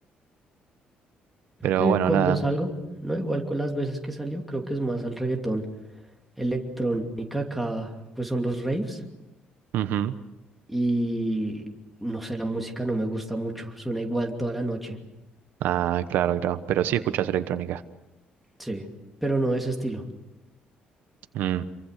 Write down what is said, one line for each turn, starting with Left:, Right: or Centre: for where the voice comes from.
Centre: Creo
Right: Pero
Centre: que
Right: bueno,
Centre: cuando
Right: nada.
Centre: salgo, no igual con las veces que salió, creo que es más al reggaetón. Electrónica acá, pues son los raves
Right: Ujú.
Centre: y no sé, la música no me gusta mucho. Suena igual toda la noche.
Right: Ah, claro, claro. Pero sí escuchas electrónica.
Centre: Sí, pero no de ese estilo.
Right: Mm.